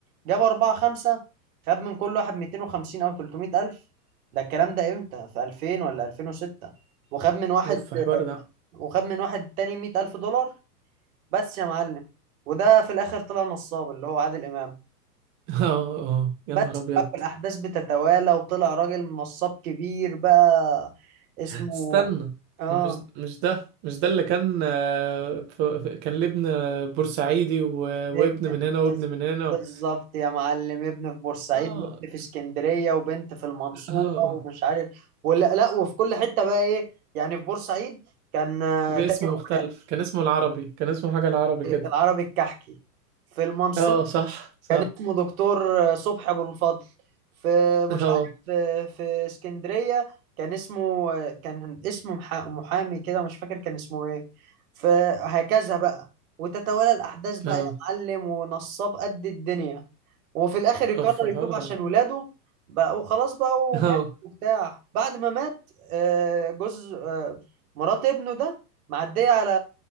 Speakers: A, on the right; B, on the right.
A: جاب أربعة خمسة خد من كل واحد 250 أو 300 ألف ده الكلام ده امتى في 2000 ولا 2006 وخد من واحد
B: اوف حوار ده
A: وخد من واحد تاني 100 ألف دولار بس يا معلم وده في الاخر طلع نصاب اللي هو عادل امام
B: <laughs> اه اه يا
A: بس
B: نهار ابيض
A: بقى الاحداث بتتوالى وطلع راجل نصاب كبير بقى اسمه
B: استنى
A: اه
B: مش مش ده مش ده اللي كان آه، ف- ف- كان ليه ابن بورسعيدي و-
A: ابن
B: وابن من هنا وابن
A: بز-
B: من هنا و-
A: بالظبط يا معلم ابن في بورسعيد
B: اه
A: وابن في اسكندريه وبنت في المنصوره
B: اه آه.
A: ومش عارف ولا لا وفي كل حته بقى ايه يعني في بورسعيد كان آه،
B: باسم
A: تاجر
B: مختلف
A: قماش
B: كان اسمه العربي كان اسمه حاجة العربي كده
A: العربي الكحكي في المنصورة
B: اه صح صح
A: كان اسمه دكتور صبحي ابو الفضل في
B: <laughs>
A: مش
B: اه
A: عارف في في اسكندريه كان اسمه كان اسمه محا- محامي كده مش فاكر كان اسمه ايه فهكذا بقى وتتوالى الاحداث بقى
B: اه
A: يا معلم ونصاب قد الدنيا وفي الاخر يقرر
B: اوف الحوار
A: يتوب عشان
B: ده
A: ولاده بقى وخلاص بقى ومات
B: اه
A: وبتاع بعد ما مات آه، جوز آه، مرات ابنه ده معديه على